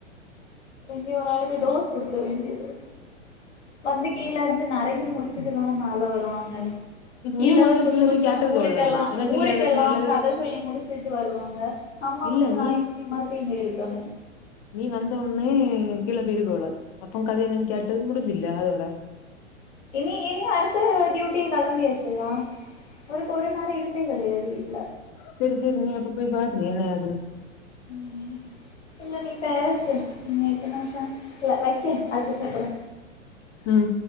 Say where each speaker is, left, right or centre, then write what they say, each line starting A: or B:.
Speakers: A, on the left (about 65°); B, on the left (about 35°).
A: இங்கய ஒரு ஆளுக்கு டோஸ் குடுக்க வேண்டியது இருக்கு வந்துட் கீழ இருந்து நரங்கி முடிச்சுட்டு தான மேல வருவாங்க கீழ
B: நீ
A: இருந்து
B: மொதல்ல
A: குசு
B: கீழ
A: குசுன்னு
B: போய் கேட்டிருக்க
A: ஊருக்கெல்லா
B: உள்ளது என்ன ஜில்லியா
A: ஊருக்கெல்லா
B: வேணு எல்லாரு
A: கத சொல்லி முடிச்சுட்டு வருவாங்க நம்ம
B: இல்ல
A: வந்து
B: நீ
A: நாய்க்குட்டி மாதிரி இங்க இருக்கணு
B: நீ வந்த உன்னே கீழ போயிருகோளது அப்போ கதை என்னன்னு கேட்டு முடிஞ்சில்லையா அதோட
A: இனி இனி அடுத்து டியூட்டி கெளம்பியாச்சுல்லா ஒரு குறு நேர இருப்பே கெடையாது வீட்ல
B: செரி செரி நீ அப்ப போய் பாத்திரு என்ன ஏது னு
A: ம் இல்ல நீ பேசு நீ எட்டு நிமிஷம் இல்ல வைக்கே அடுத்துக்கு கூப்டு
B: ம்